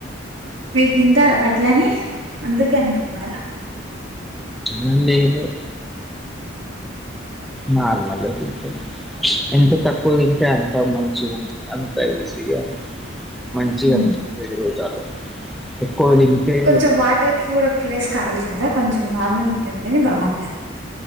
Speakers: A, on the right; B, in the centre.
A: మీరు తింటరా అట్లనె అందుకే అంటునారా
B: ఉమ్ లేదు నార్మలే తింటాం ఎంత తక్కువ్తింటే అంత మంచిగుంటది అంత ఈజీగా మంచిగానిపిస్తుంది
A: ఉమ్.
B: రోజలో ఎక్కువ తింటే
A: కొంచెం వాటర్ కి కూడా ప్లేస్ కావాలి కదా కొంచెం నార్మల్ తింటేనే బాగుంటది